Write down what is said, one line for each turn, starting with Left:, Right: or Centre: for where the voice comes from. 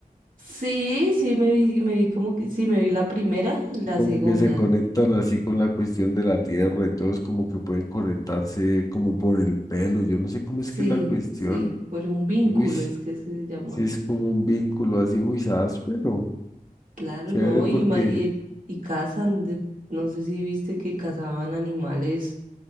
Right: Sí, sí, me vi, me vi como que, sí, me vi la primera, la
Left: que como
Right: segunda.
Left: que se conectan así con la cuestión de la tierra y todos como que pueden conectarse como por el pelo. Yo no sé cómo
Right: Sí,
Left: es que es la cuestión.
Right: sí, por un vínculo
Left: Uy,
Right: es que se llama.
Left: sí es como un vínculo así, uy, áspero.
Right: Claro,
Left: Chévere
Right: no,
Left: porque,
Right: y, ma- y, y cazan, de- no sé si viste que cazaban animales,